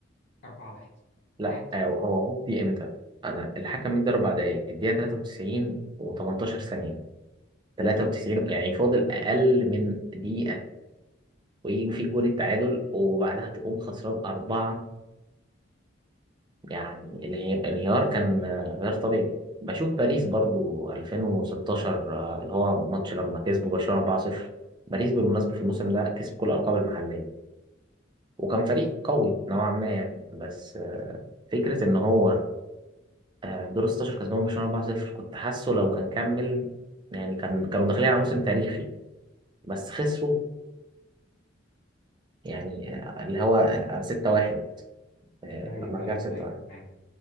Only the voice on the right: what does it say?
لا
هو هو هوبي امتى انا الحكم مدى اربع دقايق الدقيقه 93 و18 ثانيه 93 يعني فاضل اقل من دقيقه ويجي في جون التعادل وبعدها تقوم خسران اربعه يعني اله- الانهيار كان آه، غير طبيعي بشوف باريس برضو 2016 آه، اللي هو ماتش لما كسبوا برشلونه 4-0 باريس بالمناسبه في الموسم ده كسب كل الالقاب المحليه وكان فريق قوي نوعا ما يعني بس آه، فكره ان هو آه، دور 16 كسبان برشلونة 4-0 كنت حاسه لو كان كمل يعني كان كانوا داخلين على موسم تاريخي بس خسروا يعني آه، اللي هو آه، 6-1 آه،
لما رجع
6-1